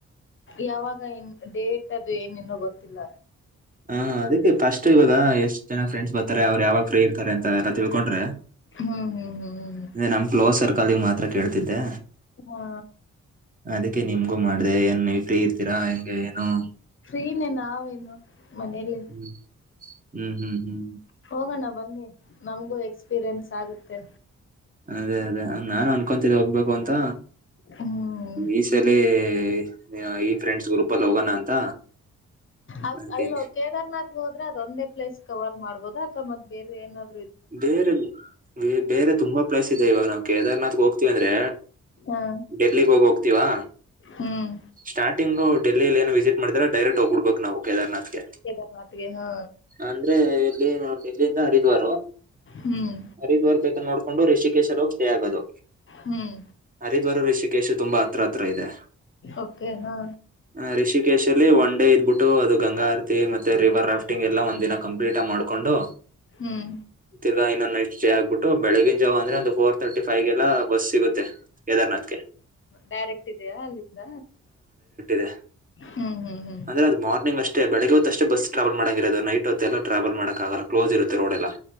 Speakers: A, on the left; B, on the right.
A: ಯಾವಾಗ ಇನ್ ಡೇಟ್ ಅದು ಏನೇನೋ ಗೊತ್ತಿಲ್ಲ.
B: ಹಾ ಅದಿಕ್ಕೆ ಫಸ್ಟ್ ಇವಾಗ ಎಷ್ಟ್ ಜನ ಫ್ರೆಂಡ್ಸ್ ಬರ್ತಾರೆ ಅವ್ರ ಯಾವಾಗ ಫ್ರೀ ಇರ್ತಾರೆ ಅಂತ ಎಲ್ಲ ತಿಳ್ಕೊಂಡ್ರೆ.
A: ಹ್ಮ್ ಹ್ಮ್ ಹ್ಮ್
B: ಅದೆ ನಮ್ ಕ್ಲೋಸ್ ಸರ್ಕಲಿಗ್ ಮಾತ್ರ ಕೇಳ್ತಿದ್ದೆ.
A: ಹಾ
B: ಅದಿಕ್ಕೆ ನಿಮ್ಗೂ ಮಾಡ್ದೆ ಏನ್ ಹೇಳ್ ನೀವ್ ಫ್ರೀ ಇರ್ತೀರಾ ಹೆಂಗೆ ಏನು.
A: ಫ್ರೀನೆ ನಾವೇನು ಮನೇಲಿ
B: ಹ್ಮ್ ಹ್ಮ್ ಹ್ಮ್ ಹ್ಮ್
A: ಹೋಗಣ ಬನ್ನಿ. ನಮಗೂ ಎಕ್ಸ್ಪೀರಿಯನ್ಸ್ ಆಗತ್ತೆ.
B: ಅದೇ ಅದೇ ನಾನು ಅನ್ಕೊತಿದ್ದೆ ಹೋಗ್ಬೇಕು ಅಂತ
A: ಹ್ಮ್
B: ಈ ಸಲಿ. ಈ ಆ ಈ ಫ್ರೆಂಡ್ಸ್ ಗ್ರೂಪ್ ಅಲ್ಲಿ ಹೋಗಣ ಅಂತ.
A: ಅ
B: ಅದೇನೆ
A: ಅಲ್ಲೋ ಕೇದಾರ್ನಾಥ್ಗ ಹೋದ್ರೆ ಅದೊಂದೇ ಪ್ಲೇಸ್ ಕವರ್ ಮಾಡಬೋದ ಅಥವಾ ಮತ್ ಬೇರೆ ಏನಾದ್ರ
B: ಬೇರೆ ಬೆ ಬೇರೆ ತುಂಬಾ ಪ್ಲೇಸ್ ಇದೆ ಇವಾಗ ನಾವು ಕೇದಾರ್ನಾಥ್ ಹೋಗ್ತಿವಿ ಅಂದ್ರೆ.
A: ಹಾ
B: ಡೆಲ್ಲಿಗ ಹೋಗ ಹೋಗ್ತೀವಾ.
A: ಹ್ಮ್
B: ಸ್ಟಾರ್ಟಿಂಗ್ ಡೆಲ್ಲಿಲ್ಲಿ ಏನು ವಿಸಿಟ್ ಮಾಡ್ತಾರ ಡೈರೆಕ್ಟ್ ಹೋಗ್ಬಿಡ್ಬೇಕು. ನಾವು ಕೇದಾರ್ನಾಥ್ಗೆ
A: ಕೇದಾರ್ನಾಥ್ಗೆ ಹಾ
B: ಅಂದ್ರೆ ಎಲ್ಲಿ ನೋ <unintelligible> ಇಲ್ಲಿಂದ ಹರಿದ್ವಾರ,
A: ಹ್ಮ್
B: ಹರಿದ್ವಾರ್ ಬೇಕ ನೋಡಕೊಂಡು ರಿಷಿ ಷಿಕೇಶಗೆ ಸ್ಟೇ ಆಗೋದು
A: ಹ್ಮ್
B: ಹರಿದ್ವಾರ ಋಷಿಕೇಶ ತುಂಬಾ ಹತ್ರತ್ರ ಇದೆ.
A: ಓಕೆ ಹಾ
B: ಹ ರಿಷಿಕೇಶ್ ಅಲ್ಲಿ ಒನ್ ಡೇ ಇದ್ಬಿಟ್ಟು ಅದು ಗಂಗಾ ಆರತಿ ಮತ್ತೆ ಮತ್ತೆ ರಿವರ್ ರಾಫ್ಟಿಂಗ್ ಎಲ್ಲ ಒಂದ ದಿನ ಕಂಪ್ಲೀಟ್ ಆ ಮಾಡ್ಕೊಂಡು.
A: ಹ್ಮ್,
B: ತಿರ್ಗಾ ಇನ್ನೊಂದು ನೈಟ್ ಸ್ಟೇ ಆಗ್ಬಿಟ್ಟು. ಬೆಳಿಗಿನ ಜಾವ ಅಂದ್ರೆ ಒಂದು ಫೋರ್ ತರ್ಟಿ ಫೈಗೆ ಎಲ್ಲ ಬಸ್ ಸಿಗುತ್ತೆ. ಯದಾರ್ನಾಥ್
A: ಡೈರೆಕ್ಟ್ ಇದೆಯಾ ಅಲ್ಲಿಂದ.
B: ದೆ,
A: ಹ್ಮ್ ಹ್ಮ್ ಹ್ಮ್
B: ಅಂದ್ರೆ ಅದು ಮಾರ್ನಿಂಗ್ ಅಷ್ಟೇ ಬೆಳಗ್ ಹೊತ್ತುಷ್ಟ ಬಸ್ ಟ್ರಾವಲ್ ಮಾಡಂಗಿರೋದು. ನೈಟ್ ಹೊತ್ತ ಎಲ್ಲಾ ಟ್ರಾವೆಲ್ ಮಾಡಕ ಆಗಲ್ಲ ಕಲೋಸ್ ಇರುತ್ತೆ ರೋಡ್ಲೇಲ್ಲಾ.